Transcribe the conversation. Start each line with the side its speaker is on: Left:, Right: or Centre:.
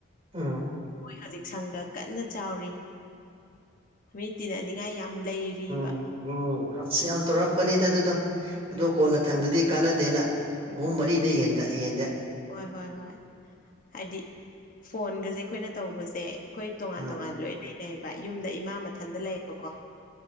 Right: ꯑ
Left: ꯍꯧꯖꯤꯛ ꯁꯪꯒ ꯀꯟꯅ ꯆꯥꯎꯔꯤ ꯃꯤ ꯇꯤꯟꯅꯅꯤꯡꯉꯥꯏ ꯌꯥꯝ ꯂꯩꯔꯤꯕ꯫
Right: ꯎꯝ ꯎꯝ ꯑꯁ! ꯌꯥꯝ ꯇꯧꯔꯛꯄꯅꯤꯗ ꯑꯗꯨꯗꯣ ꯑꯗꯣ
Left: ꯎꯝ
Right: ꯀꯣꯟꯅ ꯊꯪꯗꯗꯤ ꯀꯥꯟꯅꯗꯦꯅ
Left: ꯎꯝ
Right: ꯑꯍꯨꯝ ꯃꯔꯤꯗꯩꯩ ꯍꯦꯟꯗ ꯍꯦꯟꯗꯦ
Left: ꯍꯣꯏ ꯍꯣꯏ ꯍꯣꯏ ꯍꯥꯏꯗꯤ ꯐꯣꯟꯒꯖꯦ ꯑꯈꯣꯏꯅ ꯇꯧꯕꯖꯦ ꯈꯣꯏ ꯇꯣꯉꯥꯟ-
Right: ꯑꯥ
Left: ꯇꯣꯉꯥꯟ ꯂꯣꯏ ꯂꯩꯅꯩꯑꯦꯕ ꯌꯨꯝꯗ ꯏꯃꯥ ꯃꯊꯟꯇ ꯂꯩꯌꯦꯕꯀꯣ꯫